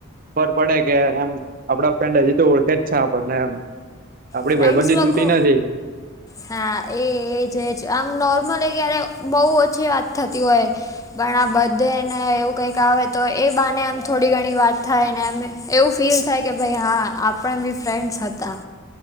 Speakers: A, on the right; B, on the left.
A: ખબર પડે કે એમ આપણા ફ્રેન્ડ હજી તો ઓળખે જ છે આપણને એમ. આપડી
B: ફ્રેન્ડ્સ
A: ભાઈબંધની
B: લોકો
A: તૂટી નથી.
B: હા એજ એજ આમ નોર્મલ ક્યારે બહુ ઓછી વાત થતી હોય‌. પણ આ બધે ને એવું કંઈક આવે તો એ બાને એમ થોડી ઘણી વાત થાય ને અમે. એવું ફીલ થાય કે ભાઈ હા આપણે બી ફ્રેન્ડસ હતા.